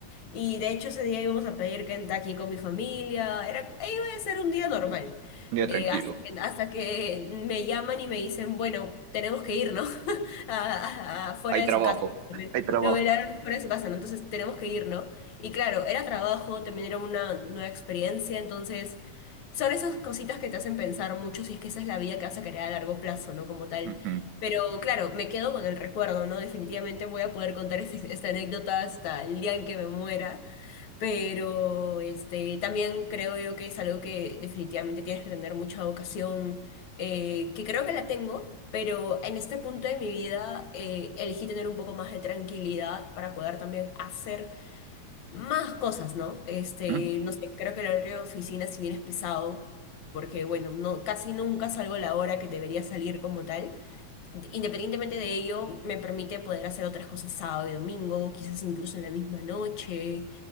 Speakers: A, on the left; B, on the right.
A: y de hecho ese día íbamos a pedir Kentucky con mi familia, era, e iba a ser un día normal,
B: ya tranquilo.
A: Eh, hasta que, hasta que me llaman y me dicen, bueno, tenemos que ir, ¿no? <laughs> A- a- a- fuera
B: Hay
A: de
B: trabajo,
A: su casa.
B: <laughs> hay trabajo.
A: Lo velaron fuera de su casa, ¿no? Entonces tenemos que ir, ¿no? Y claro, era trabajo, también era una nueva experiencia, entonces son esas cositas que te hacen pensar mucho si es que esa es la vida que vas a querer a largo plazo, ¿no? Como tal.
B: Ujú,
A: Pero claro, me quedo con el recuerdo, ¿no? Definitivamente voy a poder contar ese- esta anécdota hasta el día en que me muera, pero este, también creo yo que es algo que definitivamente tienes que tener mucha vocación, eh, que creo que la tengo, pero en este punto de mi vida eh, elegí tener un poco más de tranquilidad para poder también hacer más cosas, ¿no? Este,
B: ujú.
A: no sé, creo que el horario de oficina si bien es pesado, porque bueno, no, casi nunca salgo a la hora que debería salir como tal. Independientemente de ello, me permite poder hacer otras cosas sábado y domingo, quizás incluso en la misma noche,